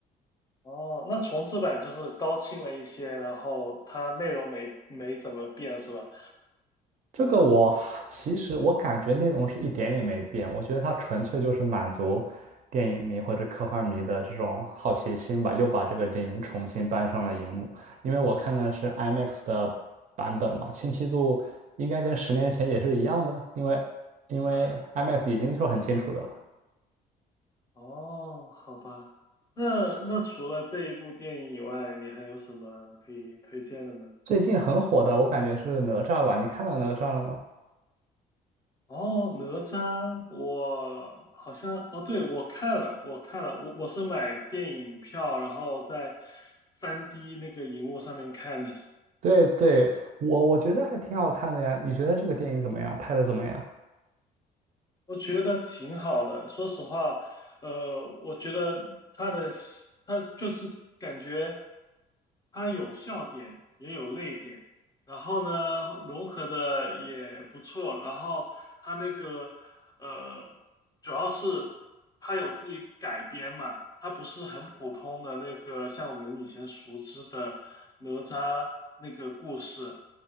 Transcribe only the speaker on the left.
哦，那重制版就是高清了一些，然后它内容没没怎么变是吧？
啊，
哦，好吧。那那除了这一部电影以外，你还有什么可以推荐的呢？
哦，哪吒，我好像哦，对，我看了，我看了，我我是买电影票，然后在三 d 那个荧幕上面看的，
我觉得挺好的。说实话，呃，我觉得他的戏他就是感觉。它有笑点，也有泪点，然后呢，融合的也不错。然后它那个呃，主要是它有自己改编嘛，它不是很普通的那个像我们以前熟知的哪吒那个故事，